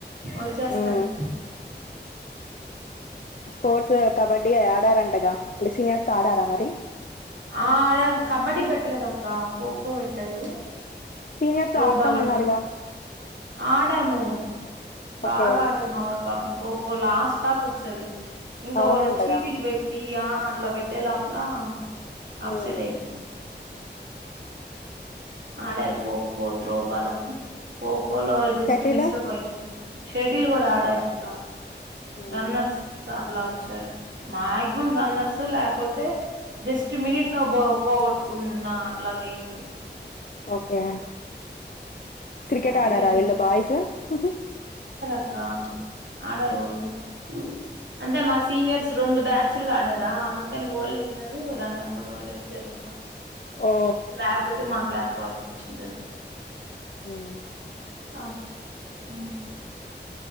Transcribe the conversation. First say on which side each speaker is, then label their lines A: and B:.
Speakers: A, on the right; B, on the left.
A: వచ్చేస్తాను
B: మ్మ్ స్పోర్ట్స్ కబడ్డీ ఆడారంటగా అ సీనియర్స్ తో ఆడారా మరి
A: ఆ అదే కబడ్డీ పెట్టలేదక్క క ఖోఖో పెట్టారు
B: సీనియర్స్
A: త్రోబాల్
B: తో ఆడతామన్నారుగా
A: పెట్టారు ఆడాము బాగా
B: ఓకే
A: ఆడారు మా వాళ్ళు పాపము ఖోఖో లాస్ట్ దాకొచ్చారు ఇంక
B: అవునంటగా
A: వాళ్ళు చీటిలు పెట్టి యా అట్లా పెట్టేలోపలా అప్సెట్
B: మ్మ్
A: అయిపోయారు ఆడారు ఖోఖో త్రోబాల్ అన్ని కో ఖోఖోలో జష్ట్
B: షటిల్
A: మిస్లో పోయింది షెటిల్ కూడా ఆడారక్క
B: హ్మ్
A: రన్నర్స్ అట్లా చాటారు మాక్సిమం రన్నర్స్ లేకపోతే జస్ట్ మినిట్ లో పోగొట్టుకున్న అట్లాగ అయింది
B: ఓకే క్రికెట్
A: సర్లే
B: ఆడారా వీళ్ళ బాయ్స్ హ్ హు
A: క్క ఆడారు వాల్ కూడా అంటే మా సీనియర్స్ రెండు బ్యా చ్ల్గ ఆడారా అందుకని వోళ్ళే విన్నారు. రన్నారు కూడా వోళ్ళే వచ్చారంట.
B: ఓ
A: రాయపోతే మా క్లాస్ బాయ్స్ ఇచ్చుంటారు
B: ఉ
A: ఆ ఉ